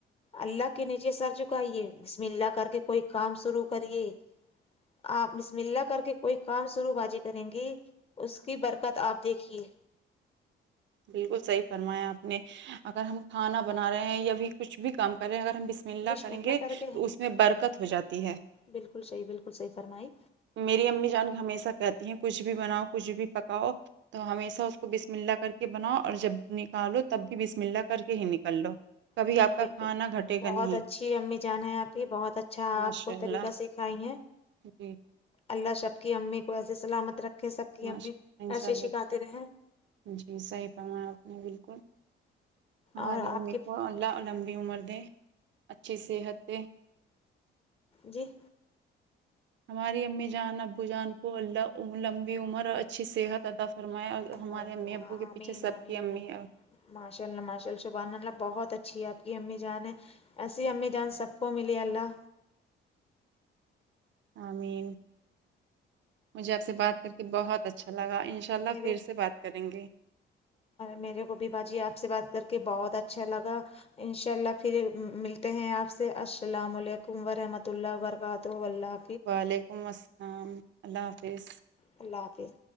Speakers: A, on the left (about 30°); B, on the right (about 65°).
A: اللہ کے نیچے سر چکائیے بسم اللہ کر کے کوئی کام شروع کریے آپ بسم اللہ کر کے کوئی کام شرو باجی کریں گی اس کی برکت آپ دیکھیے
B: بالکل صحیح فرمایا آپ نے اگر ہم کھانا بنا رہے ہیں یا بھی کچھ بھی کام کر رہے ہیں اگر ہم ملنا
A: بسم
B: کریں
A: اللہ
B: گے
A: کر کے
B: تو اس میں برکت ہو جاتی ہے
A: بالکل صحیح بالکل صحیح فرمائی
B: میری امی جان کے ہمیشہ کہتی ہیں کچھ بھی بناؤ کچھ بھی پکاؤ تو ہمیشہ اس کو بسم اللہ کر کے بناؤ اور جب نکالو تب بھی بسم اللہ کر کے ہی نکل لو کبھی
A: جی
B: آپ کا
A: بالکل
B: کھانا گھٹے گا
A: بہت
B: نہیں
A: اچھی امی جان ہے آپ کی بہت اچھا
B: ماشاء
A: آپ کو طریقہ
B: اللہ
A: سکھائی ہے
B: جی
A: اللہ سب کی امی کو ایسے سلامت رکھے سب کی
B: ماشاء
A: امی
B: اللہ، انشاء
A: ایسے
B: اللہ
A: سکھاتے رہیں
B: جی صحیح فرما آپ نے بالکل ہماری
A: اور آپ
B: امی
A: کی
B: کو لا لمبی عمر دے اچھی صحت سے
A: جی
B: ہماری امی جان ابو جان کو اللہ لمبی عمر اور اچھی صحت عطا فرمایا اور تو
A: آمین
B: ہمارے امی ابو کے پیچھے سب
A: آمین
B: کی امی
A: آمین ماشاء اللہ ماشاء اللہ شبحان اللہ بہت اچھی ہے آپ کی امی جان ہے ایسی امی جان سب کو ملی اللہ
B: آمین مجھے آپ سے بات کر کے بہت اچھا لگا انشاء اللہ
A: میرے
B: پھر سے بات کریں گے
A: میرے کو بھی باجی آپ سے بات کر کے بہت اچھا لگا انشاء اللہ پھر ملتے ہیں آپ سے السلام علیکم ورحمۃ اللہ وبرکاتہ اللہ
B: وعلیکم السلام اللہ حافظ
A: اللہ حافظ